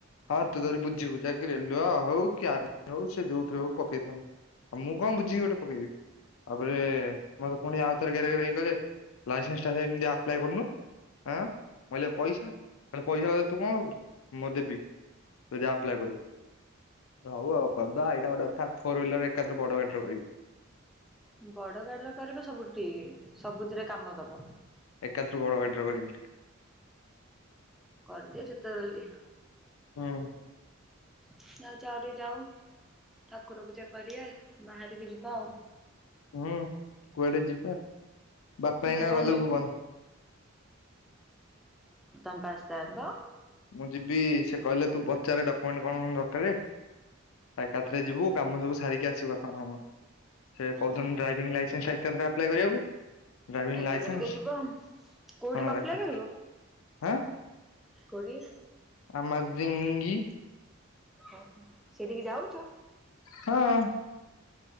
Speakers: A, on the left; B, in the centre.
A: ହଁ, ତୁ ଧରି ବୁଝିବୁ। ଯାକି ରେଲୱ ହଉ କି, ଆର୍ମି ହଉ ସେ ଯୋଉଥିରେ ହଉ ପକେଇଥାନ୍ତ୍। ମୁଁ କଣ ବୁଝିକି ଗୋଟେ ପକେଇବି? ଆଉ ଫେରେ ମତେ ପୁଣି ଆଉଥରେ ଗରେ ଗେରେ ହେଇ କହିଲେ, ଲାଇସେନ୍ସ ଟା ସେମିତି ଆପ୍ଲାଏ କରନୁ। ଆଁ ମୁଁ କହିଲ ପଇସା! କହିଲେ ପଇସା କଥା ତୁ କଣ ଭାବୁଛୁ? ମୁଁ ଦେବି। ତୁ ଯା, ଆପ୍ଲାଏ କରିବୁ। ହଉ ଆଉ କର୍ ଦଆ, ଏଇଟା ଗୋଟେ କଥା! ଫୋର୍ ହୁଇଲର୍ ରେ ଏକାଥରେ ବଡ଼ ଗାଡିର କରିବି।
B: ବଡ ଗାଡିର କରିବ ସବୁଠୁ ଠିକି। ସବୁଥିରେ କାମ ଦବ।
A: ଏକାଥରେ ବଡ ଗାଡିର କରିବି
B: କରଦିଅ ଯେତେ ଅଲ୍ ଦି।
A: ହୁଁ।
B: ଯାଉଚି ଆଉଟିକେ ଯାଉ, ଠାକୁର ପୂଜା କରିଆ, ବାହାରିକି ଯିବା ଆଉ।
A: ହୁଁ, କୁଆଡେ ଯିବା? ବାପା
B: ଭୁବନ
A: ଏଇନା ଗଲେ
B: ଯିବି।
A: ଭୁବନ।
B: ତମେ ପା ଆସ୍ ଥାଆନ୍ତ?
A: ମୁଁ ଯିବି ସେ କହିଲେ, ତୁ ପଚାରେ, ଡକୁମେଣ୍ଟ କଣ କଣ ଦରକାରେ? ଏକାଥରେ ଯିବୁ, କାମ ସବୁ ସାରିକି ଆସିବୁ ବାପାଙ୍କର ମୋର। ସେ କହୁଛନ୍ତି ଡ୍ରାଇଭିଂ ଲାଇସେନ୍ସ ଟା ଏକାଥରେ ଆପ୍ଲାଏ କରିଆକୁ। ଡ୍ରାଇଭିଂ
B: ଏକାଥରକେ
A: ଲାଇସେନ୍ସ
B: ଯିବ ଆଉ। କୋଉଠି
A: ହଁ
B: କି ଅପ୍ଳାଏ
A: ଏକା
B: କରିବ?
A: ଆଁ!
B: କୋଉଠି
A: ଆମଜିଙ୍ଗୀ
B: ଓହୋ ସେ ଟିକେ ଯାଉଛ
A: ହଁ